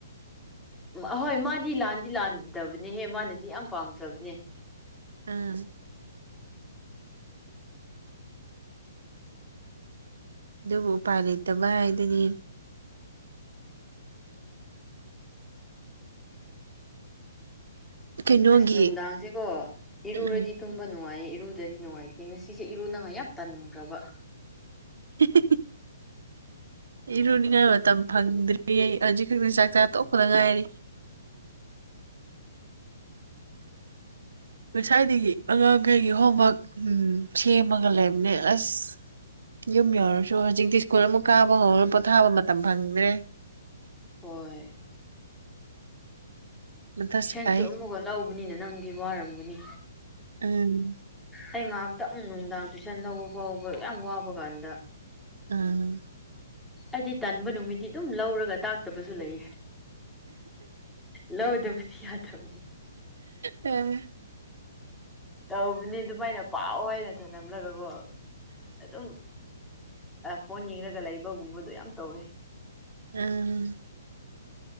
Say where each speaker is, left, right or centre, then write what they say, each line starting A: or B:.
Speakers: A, in the centre; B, on the right.
A: ꯑꯍꯣꯏ ꯃꯥꯗꯤ ꯂꯥꯟꯗꯤ ꯂꯥꯟꯗꯕꯅꯦꯍꯦ ꯃꯥꯅꯗꯤ ꯌꯥꯝ ꯄꯥꯝꯖꯕꯅꯦ
B: ꯎꯝ ꯑꯗꯨꯕꯨ ꯎꯄꯥꯏ ꯂꯩꯇꯕ ꯍꯥꯏꯗꯨꯅꯤ ꯀꯩꯅꯣꯒꯤ
A: ꯑꯁ ꯅꯨꯡꯗꯥꯡꯖꯦꯀꯣ ꯏꯔꯨꯔꯗꯤ
B: ꯎꯝ
A: ꯇꯨꯝꯕ ꯅꯨꯡꯉꯥꯏꯌꯦ ꯏꯔꯨꯗꯗꯤ ꯅꯨꯡꯉꯥꯏꯇꯦ ꯉꯁꯤꯁꯦ ꯏꯔꯨꯅꯉꯥꯏ ꯌꯥꯝ ꯇꯟꯒ꯭ꯔꯕ
B: <unintelligible> ꯏꯔꯨꯅꯤꯡꯉꯥꯏ ꯃꯇꯝ ꯐꯪꯗ꯭ꯔꯤ ꯑꯩ ꯍꯧꯖꯤꯛ ꯈꯛꯇ ꯆꯥꯛ ꯆꯥ ꯇꯣꯛꯄꯗ ꯉꯥꯏꯔꯤ ꯉꯁꯥꯏꯗꯒꯤ ꯑꯉꯥꯡꯈꯩꯒꯤ ꯍꯣꯝꯋꯥꯛ ꯎꯝ ꯁꯦꯝꯃꯒ ꯂꯩꯕꯅꯦ ꯑꯁ ꯌꯨꯝ ꯌꯧꯔꯁꯨ ꯍꯧꯖꯤꯛꯇꯤ ꯁ꯭ꯀꯨꯜ ꯑꯃꯨꯛ ꯀꯥꯕ ꯍꯧꯔ ꯄꯣꯊꯥꯕ ꯃꯇꯝ ꯐꯪꯗ꯭ꯔꯦ
A: ꯍꯣꯏ
B: ꯃꯊꯥ
A: ꯇꯨꯏꯁꯟꯁꯨ
B: ꯁꯥꯏ
A: ꯑꯃꯨꯛꯒ ꯂꯧꯕꯅꯤꯅ ꯅꯪꯗꯤ ꯋꯥꯔꯝꯒꯅꯤ
B: ꯎꯝ
A: ꯑꯩ ꯉꯥꯏꯍꯥꯛꯇꯪ ꯅꯨꯡꯗꯥꯡ ꯇꯨꯏꯁꯟ ꯂꯧꯕ ꯐꯥꯎꯕ ꯌꯥꯝ ꯋꯥꯕ ꯀꯥꯟꯗ
B: ꯎꯝ
A: ꯑꯩꯗꯤ ꯇꯟꯕ ꯅꯨꯃꯤꯠꯇꯤ ꯑꯗꯨꯝ ꯂꯧꯔꯒ ꯇꯥꯛꯇꯕꯁꯨ ꯂꯩꯌꯦ ꯂꯧꯗꯕꯗꯤ ꯌꯥꯗꯕꯅꯤ
B: ꯑꯦ
A: ꯇꯧꯕꯅꯤ ꯑꯗꯨꯃꯥꯏꯅ ꯄꯥꯎ ꯍꯥꯏꯅ ꯊꯂꯝꯂꯒꯀꯣ ꯑꯗꯨꯝ ꯐꯣꯟ ꯌꯦꯡꯂꯒ ꯂꯩꯕꯒꯨꯝꯕꯗꯣ ꯌꯥꯝ ꯇꯧꯋꯦ
B: ꯑꯝ